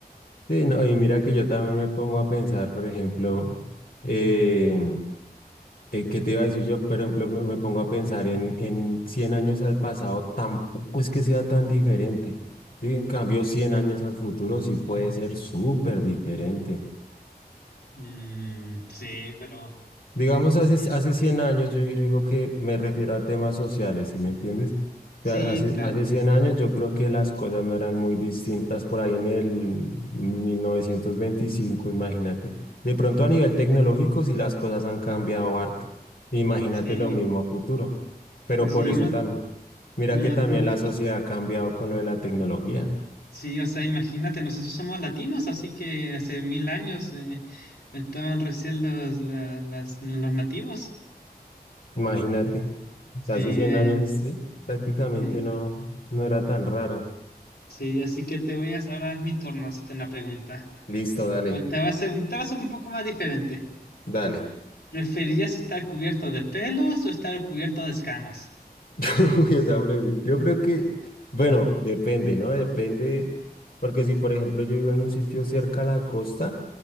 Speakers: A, on the left (about 65°); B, on the left (about 85°).
A: Sí, no, y mira que yo también
B: Mm,
A: me pongo a pensar, por ejemplo, eh, eh, ¿qué te iba a decir yo? Por ejemplo, me me pongo a pensar en, en 100 años al pasado, tampoco es que sea tan diferente. ¿sí? En cambio, 100 años al futuro sí puede ser súper diferente.
B: mm, sí, pero
A: Digamos, hace,
B: sí,
A: hace 100 años, yo, yo digo que me refiero a temas sociales, ¿sí me entiendes? O
B: sí,
A: sea, Hace,
B: claro,
A: hace 100 años yo creo que las cosas no eran muy distintas por ahí en el mil novecientos veinticinco imagínate. De pronto a nivel tecnológico sí las cosas han cambiado harto. Imagínate
B: sí,
A: lo mismo a futuro. Pero
B: sí,
A: por eso
B: uno,
A: también, mira
B: uno
A: que también la sociedad ha cambiado con lo de la tecnología.
B: Sí, o sea, imagínate, nosotros somos latinos, así que hace mil años eh, estaban recién los, la- las- los nativos.
A: Imagínate,
B: Sí,
A: hace 100
B: eh,
A: años sí, prácticamente
B: sí,
A: no, no era tan raro.
B: sí, así que te voy a... Ahora es mi turno hacerte una pregunta.
A: Listo, dale,
B: O Te va a ser, te va a ser un poco más diferente.
A: dale.
B: ¿Preferirías estar cubierto de pelos o estar cubierto de escamas?
A: Uy, esa pregunta. Yo creo que, bueno, depende, ¿no? Depende, porque si por ejemplo yo vivo en un sitio cerca a la costa,